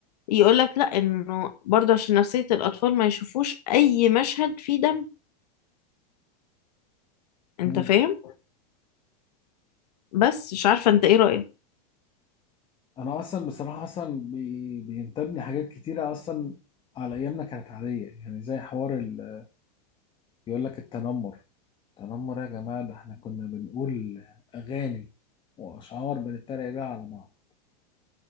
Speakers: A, on the left; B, on the left.
A: يقولك لا انه برضه عشان نفسية الاطفال ما يشوفوش اي مشهد فيه دم انت
B: يعني
A: فاهم بس مش عارفة انت ايه رأيك
B: انا اصلا بصراحه اصلا بي- بينتابني حاجات كتيره اصلا على ايامنا كانت عاديه يعني زي حوار ال- يقول لك التنمر التنمر يا جماعه ده احنا كنا بنقول اغاني واشعار بنتريق بيها على بعض